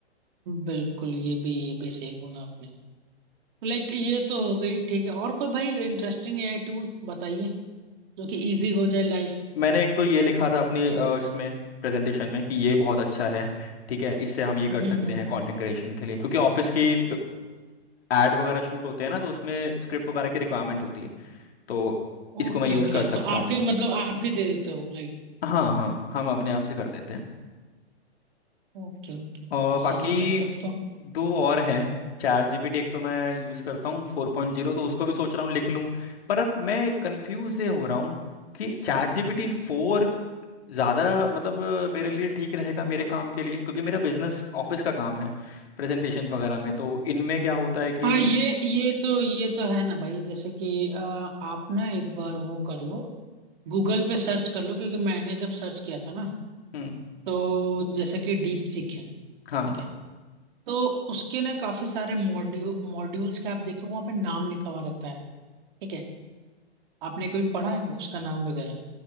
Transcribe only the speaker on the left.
मैंने एक तो ये लिखा था अपनी अ, इसमें प्रेजेंटेशन में कि ये बहुत अच्छा है ठीक है इससे हम ये कर
सकते
हैं कंटेंट क्रिएशन के लिए क्योंकि ऑफिस की एड वगैरह शूट होते हैं ना तो उसमें स्क्रिप्ट वगैरह की रिक्वायरमेंट होती है तो इसको
मैं यूज़
कर
सकता
हूँ
हाँ हाँ हम अपने आप से कर देते हैं
और बाकी
दो और हैं चैट जीपीटी एक तो मैं यूज़ करता हूँ फोर पॉइंट जीरो तो उसको भी सोच रहा हूँ लिख लूँ पर अब मैं कंफ्यूज ये हो रहा हूँ कि चैट जीपीटी फोर ज़्यादा मतलब अ, मेरे लिए ठीक रहेगा मेरे काम के लिए क्योंकि मेरा बिजनेस ऑफिस का काम है प्रेजेंटेशंस वगैरह में तो इनमें क्या होता है कि
हम्म
हाँ